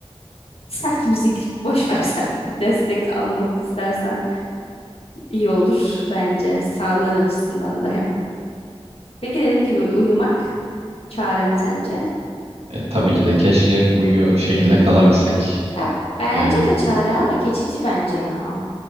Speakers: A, on the left (about 70°); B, on the right (about 80°).
A: <laughs> Sert müzik boş versen <laughs> bir destek almak istersen. İyi olur bence. Sağlığın açısından da hem. Peki dediğim gibi uyumak çare mi sence?
B: E, tabii ki de keşke hep uyuyor şekilde kalabilsek.
A: Ya bence
B: Yani
A: de çare ama geçici bence ya.